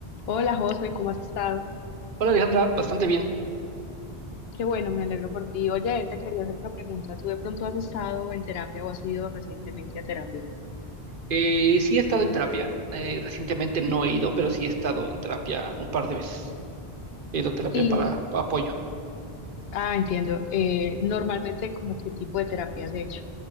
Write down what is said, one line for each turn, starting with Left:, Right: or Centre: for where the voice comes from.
Left: Hola José, ¿cómo has estado?
Right: Hola Alejandra, bastante bien.
Left: Qué bueno, me alegro por ti. Oye, te quería hacer una pregunta. ¿Tú de pronto has estado en terapia o has ido recientemente a terapia?
Right: Eh, sí he estado en terapia. eh, recientemente no he ido, pero sí he estado en terapia un par de veces. He ido a terapia
Left: Y,
Right: para apoyo.
Left: ah, entiendo. Eh, normalmente, ¿como qué tipo de terapia has hecho?